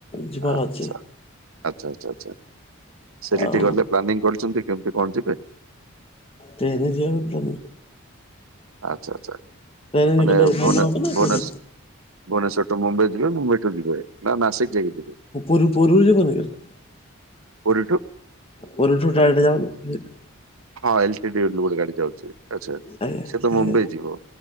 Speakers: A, on the left; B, on the right.
A: ଯିବାର
B: ଆଛା
A: ଅଛି।
B: ଆଛା ଆଛା ଆଛା ସେଠିକି
A: ଆଉ
B: ଟି ଗଲେ ପ୍ଲାନିଂ କରିଛନ୍ତି କେମିତି କଣ ଯିବେ?
A: ଟେନ୍ ଯିବା ପାଇଁ ପ୍ଲାନି କ?
B: ଆଛା ଆଛା
A: ଟ୍ରେନରେ
B: ମାନେ
A: ଗଲେ ଭଲ
B: ଭୋନେ
A: ହବ ନା କୋଉଠି?
B: ଭୋନେଶ୍ ଭୁନେଶ୍ୱର ଟୁ ମୁମ୍ବାଇ ଯିବେ ମୁମ୍ବାଇଠୁ ଯିବେ ନା ନାସିକ୍ ଯାଇକି ଯିବେ?
A: ମୁଁ ପୁରୀ ପୁରୀରୁ ଯିବିନି ଏକା
B: ପୁରିଠୁ?
A: ପୁରୀଠୁ ଡାଇରେକ୍ଟେ ଯାଉନି।
B: ହଁ ଏଲଟିଡି ଏବେ ଗୋଟେ ଗାଡ଼ି ଯାଉଚି ଆଛା
A: ଆଜ୍ଞା
B: ସିଏ ତ ମୁମ୍ବାଇ
A: ଆଜ୍ଞା
B: ଯିବ